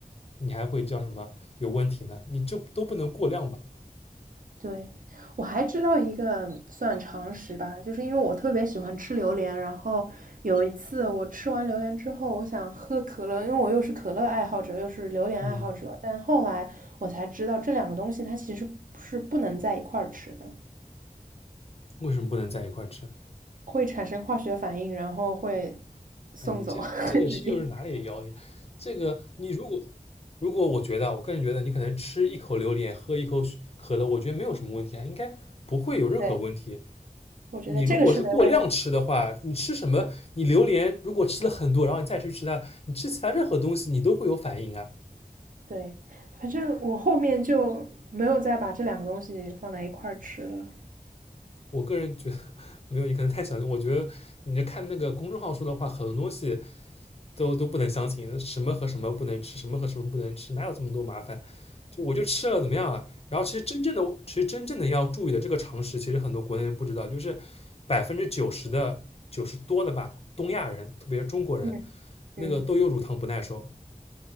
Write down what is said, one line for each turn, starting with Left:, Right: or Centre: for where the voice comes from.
Left: 你还会叫什么有问题呢？你就都不能过量吧？
Right: 对，我还知道一个算常识吧，就是因为我特别喜欢吃榴莲，然后有一次我吃完榴莲之后，我想喝可乐，因为我又是可乐爱好者，又是榴莲爱好者，
Left: 嗯，
Right: 但后来我才知道这两个东西它其实是不能在一块儿吃的，
Left: 为什么不能在一块儿吃？
Right: 会产生化学反应，然后会送走，
Left: 那你这这个是又是哪里的谣言？
Right: <laughs> 直接。
Left: 这个你如果如果我觉得啊我个人觉得你可能吃一口榴莲，喝一口可乐，我觉得没有什么问题啊，应该不会有任何问题。
Right: 对，我觉得这个是没问题。
Left: 你如果是过量吃的话，你吃什么？你榴莲如果吃了很多，然后你再去吃它，你吃其他任何东西，你都会有反应啊。
Right: 对，反正我后面就没有再把这两个东西放在一块儿吃了。
Left: 我个人觉得没有，你可能太相信。我觉得你看那个公众号说的话，很多东西都都不能相信，什么和什么不能吃，什么和什么不能吃，哪有这么多麻烦？就我就吃了怎么样啊？然后其实真正的，其实真正的要注意的这个常识，其实很多国内人不知道，就是百分之九十的九十多的吧，东亚人，特别是中国人，
Right: 嗯嗯。
Left: 那个都有乳糖不耐受，